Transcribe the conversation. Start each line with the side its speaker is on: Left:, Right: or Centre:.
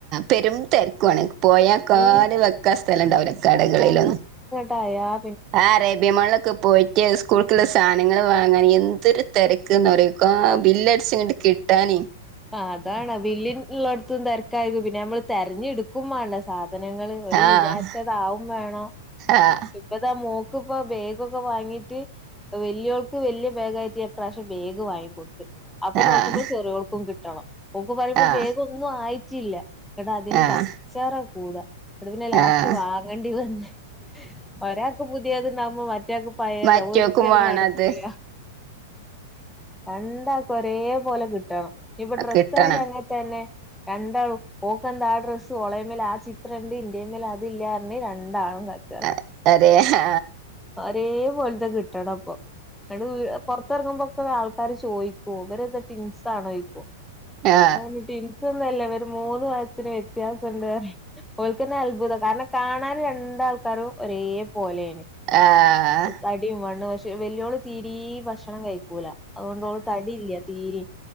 Right: പെരും തെര്ക്കു ആണ്. പോയാ ക്കാല്
Centre: ഉം
Right: വെക്കാ സ്ഥലണ്ടാവുല കടകളിലൊന്നും.
Centre: തായാ.
Right: ആഹ് അറേബ്യ മാളിലൊക്കെ പോയിട്ട് സ് സ്കൂൾക്കുള്ള സാധനങ്ങള് വാങ്ങാന് എന്തൊരു തെരക്ക്ന്ന് അറിയോ കാ ബില്ലടിച്ചങ്ങട്ട് കിട്ടാനെ
Centre: ആഹ് അതാണ്. വില്ല് ഉള്ളോട്ത്തും തരക്കായി പിന്നെ നമ്മള് തെരഞ്ഞെടുക് ക്കും വേണ്ടെ സാധനങ്ങള്. ഓല്
Right: ആഹ്
Centre: വിചാരിച്ചതാവും വേണം.
Right: ആഹ്
Centre: ഇപ്പതാ മോക്ക് ഇപ്പ ബേഗോക്കെ വാങ്ങിട്ട് വല്ല്യോൾക്ക് വല്യ ബാഗായിട്ട് ഞാൻ ഇപ്രാവശ്യം ബേഗ് വാങ്ങി കൊടുത്ത്. അപ്പൊ
Right: ആഹ്
Centre: നോക്കുമ്പോ ചെറ്യോൾക്കും കിട്ടണം. ഓൾക് പറയുമ്പോ
Right: ആഹ്
Centre: ബേഗ് ഒന്നും ആയിട്ടില്ല. ഇങ്ങട്ട് അതിന്
Right: ആഹ്
Centre: കച്ചറ കൂടാ. ഇങ്ങട്ട് പിന്നെ ലാസ്റ്റ്
Right: ആഹ്
Centre: വാങ്ങേണ്ടി വന്ന്. ഒരാൾക്ക് പുതിയത്ണ്ടാവുമ്പോ മറ്റാൾക്ക് പഴേത്
Right: മറ്റോക്കും
Centre: ഒരിക്കലും
Right: വേണത്
Centre: നടക്കൂല. രണ്ടാക്കും ഒരേ പോലെ കിട്ടണം. ഇനി ഇപ്പൊ ഡ്രസ്സായാലും
Right: കിട്ടണം
Centre: അങ്ങന തന്നെ. രണ്ടാളും ഓക്കെന്താ ആ ഡ്രസ്സ് ഓളേമേൽ ആ ചിത്രം ഇണ്ട് ഇന്റെമേൽ അത് ഇല്ലാന്ന് പറഞ്ഞ് രണ്ടാളും ക
Right: അഹ് അരേ ഹാ
Centre: ഒരേ പോലത്തെ കിട്ടണം ഇപ്പൊ. <unintelligible> പൊറത്തറങ്ങുമ്പോക്കെ ആൾക്കാര് ചോദിക്കും ഇവരെന്ത ടിങ്സ് ആണോ? ചോദിക്കും
Right: ആ
Centre: ഞാൻ പറിം ടിൻസ ഒന്നല്ല ഇവര് മൂന്ന് വയത്തിന് വ്യത്യാസണ്ട് പറയും. ഓൽക്കന്നെ അത്ഭുതം കാരണം കാണാൻ രണ്ടാൾക്കാരും ഒരേ പോലെണ്.
Right: ആഹ്.
Centre: തടിയും മണ്ണം പക്ഷെ വല്ല്യള് തീരീ ഭക്ഷണം കഴിക്കൂല. അതു കൊണ്ട് ഓള് തടിയില്ല തീരി.